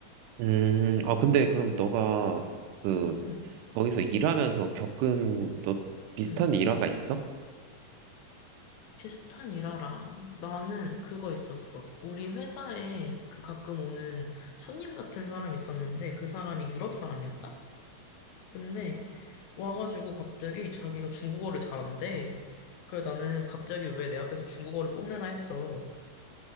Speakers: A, on the right; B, on the left.
A: 음, 아, 근데 그럼 너가 그,
B: 응,
A: 거기서 일하면서 겪은 또 비슷한
B: 응.
A: 일화가 있어?
B: 비슷한 일 알아. 나는 그거 있었어. 우리 회사에 그 가끔 오는 손님 같은 사람 있었는데 그 사람이 유럽 사람이었다? 근데 와가지고 갑자기 자기가 중국어를 잘한대. 그래 나는 갑자기 왜 내 앞에서 중국어를 뽐내나 했어.